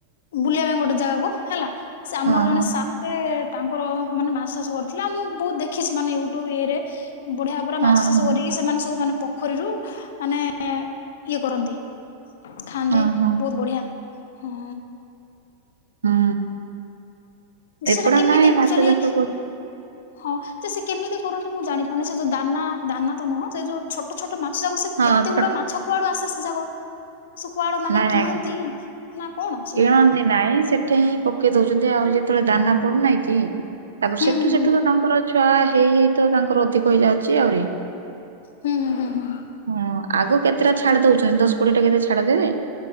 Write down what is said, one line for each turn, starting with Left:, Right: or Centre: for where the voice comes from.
Left: ବୁଲିବା ପାଇଁ ଗୋଟେ ଜାଗାକୁ ହେଲା ସେ ଆମର
Right: ହଁ
Left: ଜଣେ
Right: ହଁ
Left: ସା ସେ ତାଙ୍କର ମାନେ ମାଛ ଚାଷ କରିଥିଲେ ଆଉ ମୁଁ ବହୁତ ଦେଖିଛି ମାନେ ୟୁଟ୍ୟୁବ ଇଏରେ ବଢିଆ ଭାବରେ
Right: ହଁ
Left: ମାଛ ଚାଷ
Right: ହଁ
Left: କରିକି ସେମାନେ ସବୁ ମାନେ ପୋଖରୀରୁ ମାନେ ଇଏ କରନ୍ତି। ଖାଆନ୍ତି
Right: ହଁ ହଁ
Left: ବହୁତ ବଢିଆ ହଁ।
Right: ହୁଁ
Left: ଯେ
Right: ଏପଟ
Left: ସେଟା କେମିତି
Right: ନାଇଁ
Left: ଆକ୍ଚୁଆଲି
Right: ମାଛ ଚାଷ କର
Left: ହଁ ଯେ ସେ କେମିତି କରନ୍ତି ମୁଁ ଜାଣିପାରୁନି ସେ ଯୋଉ ଦାନା ଦାନା ତ ନୁହଁ ସେ ଯୋଉ ଛୋଟ ଛୋଟ ମାଛ ଯାକ ସେ
Right: ହଁ
Left: ଏତେ
Right: ଛୋ
Left: ଗୁଡା ମାଛ କୁଆଡୁ ଆସେ ସେ ଯାଗା। ସେ କୁଆଡୁ ମାନେ
Right: ନାଇଁ ନାଇଁ
Left: କିଣନ୍ତି ନା କଣ ସେଗୁଡା।
Right: କିଣନ୍ତି ନାଇଁ ସେଠି ହିଁ ପକେଇ ଦଉଛନ୍ତି ଆହୁରି ଯେ ଯେତେବେଳେ ଦାନା ପଡୁନାହିଁ କି ତାପରେ
Left: ହୁଁ
Right: ସେଠୁ
Left: ହୁଁ
Right: ସେଠୁ
Left: ହୁଁ।
Right: ତ ତାଙ୍କର ଛୁଆ ହେଇ ହେଇ ତ ତାଙ୍କର ଅଧିକ ହେଇଯାଉଛି ଆହୁରି
Left: ହୁଁ ହୁଁ ହୁଁ ହୁଁ
Right: ହଁ ଆଗ କେତେଟା ଛାଡି ଦଉଛନ୍ତି ଦଶ କୋଡିଏ ଟା କେତେ ଛାଡି ଦେବେ।